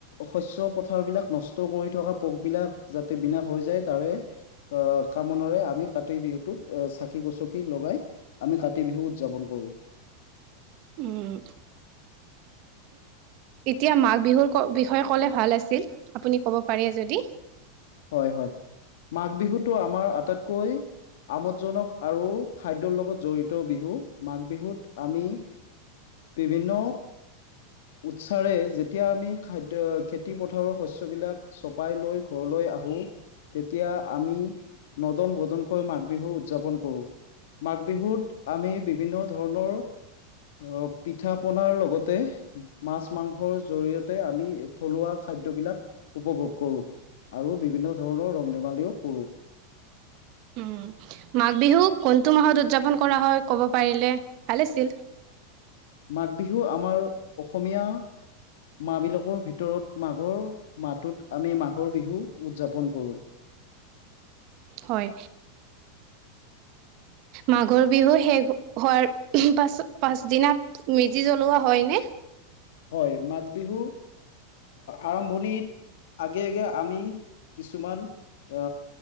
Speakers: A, on the left; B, on the right.
A: শস্য পথাৰবিলাক নষ্ট কৰি থকা পোকবিলাক যাতে বিনাশ হৈ যায়। তাৰে আহ কামনাৰে আমি কাতি বিহুটোত চাকি গচকি লগাই আমি কাতি বিহু উদযাপন কৰোঁ।
B: উম। এতিয়া মাঘ বিহুৰ বিষয়ে ক'লে ভাল আছিল। আপুনি ক'ব পাৰে যদি।
A: হয়, হয় মাঘ বিহুতো আমাৰ আটাইতকৈ আমোদজনক আৰু খাদ্যৰ লগত জড়িত, বিহু মাঘ বিহুত আমি বিভিন্ন উৎসাৰে যেতিয়া আমি খাদ্য খেতি পথাৰৰ শস্যবিলাক চপাই লৈ ঘৰলৈ আহো। এতিয়া আমি নদন বদনকৈ মাঘ বিহু উদযাপন কৰো। মাঘ বিহুত আমি বিভিন্ন ধৰণৰ। অ' পিঠা পনাৰ লগতে। মাছ মাংসৰ জৰিয়তে আমি থলুৱা খাদ্যবিলাক। উপভোগ কৰোঁ, আৰু বিভিন্ন ধৰণৰ ৰং ধেমালিও কৰোঁ।
B: উম' মাঘ বিহু কোনটো মাহত উদযাপন কৰা হয়, ক'ব পাৰিলে ভাল আছিল।
A: মাঘ বিহু আমাৰ অসমীয়া মাহ বিলাকৰ ভিতৰত, মাঘৰ মাহটোত আমি মাঘৰ বিহু উদযাপন কৰোঁ।
B: হয়। মাঘৰ বিহু শেষ হোৱাৰ পাছ পাছদিনা। মেজি জ্বলোৱা হয় নে?
A: হয় মাঘ বিহু। আৰম্ভণিত আগে আগে আমি কিছুমান আ